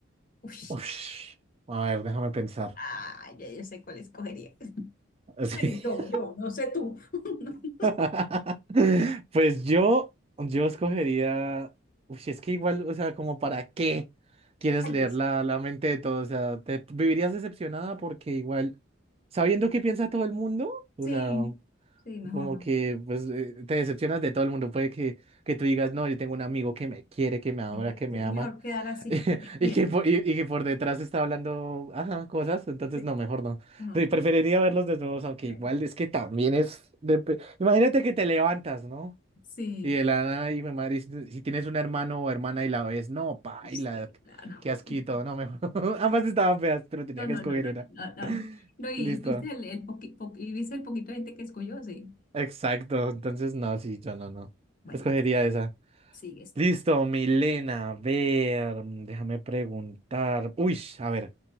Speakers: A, on the left; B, on the right.
A: Uy,
B: Ush. A ver, déjame pensar.
A: ah, ya yo sé cuál escogería. <laughs>
B: Sí.
A: Bueno, yo, yo, no sé tú. <laughs>
B: <laughs> Pues yo, yo escogería. Uy, es que igual, o sea, como para qué quieres
A: Ay,
B: leer
A: Dios.
B: la, la mente de todo? O sea, te vivirías decepcionada porque igual, sabiendo qué piensa todo el mundo, o
A: Sí,
B: sea.
A: sí, mejor
B: Como
A: no.
B: que pues eh, te decepcionas de todo el mundo. Puede que, que tú digas, no, yo tengo un amigo que me quiere, que me adora,
A: Me qui-
B: que me
A: sí,
B: ama,
A: mejor quedar así,
B: <laughs>
A: que te quiere.
B: y que por, y, y que por detrás está hablando, ajá, cosas. Entonces,
A: Sí,
B: no, mejor no.
A: mejor
B: Te-
A: no.
B: Preferiría verlos desnudos, aunque
A: Bueno,
B: igual es que también es... de pe- Imagínate que te levantas, ¿no?
A: sí,
B: Y de la nada, y mi madre, si, si tienes un hermano o hermana y la ves, no, paila,
A: sí, claro.
B: qué asquito,
A: <laughs>
B: no, mejor. <laughs> Ambas estaban feas, pero tenía
A: No, no,
B: que escoger
A: no, no,
B: una.
A: no, no, no. No, y
B: Listo.
A: fuiste el, el poqui- poqui- y viste el poquito de gente que escogió, sí.
B: Exacto, entonces no, sí, yo no, no.
A: Bueno,
B: Escogería esa.
A: sigues
B: Listo,
A: tú.
B: Milena, a ver, mm, déjame preguntar. Uy, a ver,